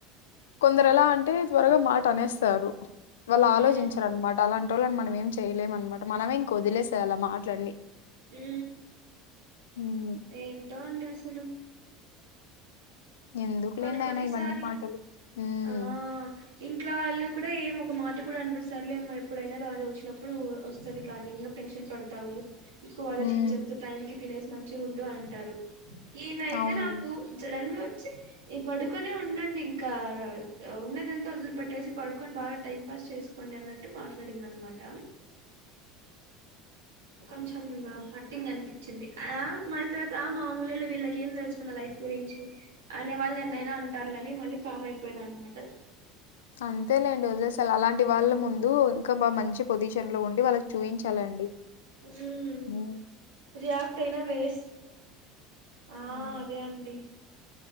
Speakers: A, on the left; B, on the right.
A: కొందరు ఎలా అంటే త్వరగా మాట అనేస్తారు వాళ్ళు ఆలోచించార
B: ఉమ్,
A: అనమాట అలాంటి వాళ్ళని మనం ఏం చేయలేమ అనమాట మనమే ఇంక వదిలేసేయి ఆ మాటలు అన్ని
B: ఉ
A: హ్మ్.
B: ఏంటో అండి అసలు
A: ఎందుకులేండి
B: కొన్ని కొన్ని
A: అయినా ఇవన్నీ
B: సార్లు
A: మాటలు. హ్మ్.
B: ఆ ఇంట్లో వాళ్ళు కూడా ఏమ ఒక మాట కూడా అంట సార్లేమ్ ఎప్పుడైనా అది వచ్చినప్పుడు వస్తుంది కానీ ఎందుకు టెన్షన్ పడతావు ఎక్కువ ఆలోచించదు
A: హ్మ్.
B: టైం కి తినేసి మంచిగా ఉండు అంటారు ఈమె అయితే
A: అవునండి.
B: నాకు జడన్ గా వచ్చి ఈ పడుకొనే ఉండండి ఇంకా ఉన్నది ఎంతా వదిలిపెట్టేసి పడుకొని బాగా టైం పాస్ చేసుకోం అన్నట్టు మాట్లాడింద అనమాట కొంచెం హటింగ్ అనిపించింది ఆ మ తర్వాత మామూలులో వీళ్ళకి ఏం తెలిసింద లైఫ్ గురించి అనే వాళ్ళు ఎన్నైనా అంటారులని మళ్ళీ కామైపోయిన అనమాట
A: అంతేలేండి వదిలేసలు అలాంటి వాళ్ళ ముందు ఇంకా బాగా మంచి పొజిషన్ లో ఉండి వాళ్ళకి చూపించాలండి
B: ఉమ్
A: ఉ
B: రియాక్ట్ అయినా వేస్ట్ ఆ
A: హ్మ్.
B: అదే అండి